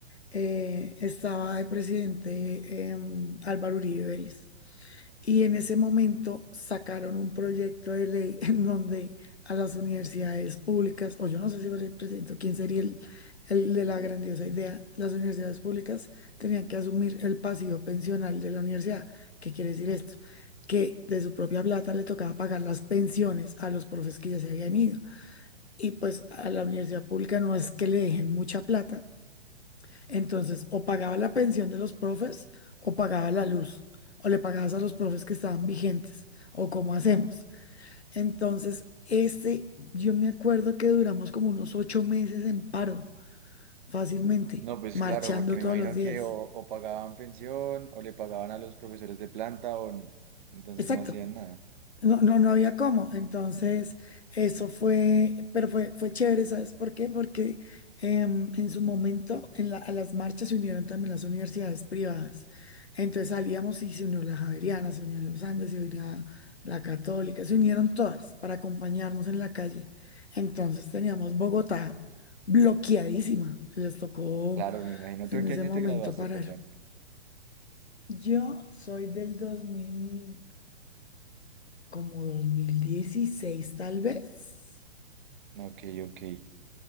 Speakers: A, on the left; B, on the right.
A: eh, estaba de presidente em, Álvaro Uribe Vélez. Y en ese momento sacaron un proyecto de ley <laughs> en donde a las universidades públicas, o yo no sé si fue el presidente o quién sería el, el de la grandiosa idea, las universidades públicas tenían que asumir el pasivo pensional de la universidad. ¿Qué quiere decir esto? Que de su propia plata le tocaba pagar las pensiones a los profes que ya se habían ido. Y pues a la universidad pública no es que le dejen mucha plata, entonces, o pagaba la pensión de los profes o pagaba la luz, o le pagabas a los profes que estaban vigentes, o cómo hacemos. Entonces, este, yo me acuerdo que duramos como unos ocho meses en paro, fácilmente,
B: No, pues
A: marchando
B: claro, porque me
A: todos
B: imagino
A: los días.
B: que o, o pagaban pensión o le pagaban a los profesores de planta o n- entonces
A: Exacto.
B: no hacían nada.
A: No, no, no había cómo. Entonces, eso fue, pero fue, fue chévere, ¿sabes por qué? Porque em, en su momento en la- a las marchas se unieron también las universidades privadas. Entonces salíamos y se unió la Javeriana, se unían los Andes, se unía la Católica, se unieron todas para acompañarnos en la calle. Entonces teníamos Bogotá bloqueadísima. Les tocó
B: Claro, me imagino. ¿Tú
A: en
B: en qué
A: ese
B: año
A: momento
B: te graduaste,
A: parar.
B: perdón?
A: Yo soy del 2000 como 2016 tal vez.
B: Ok, ok.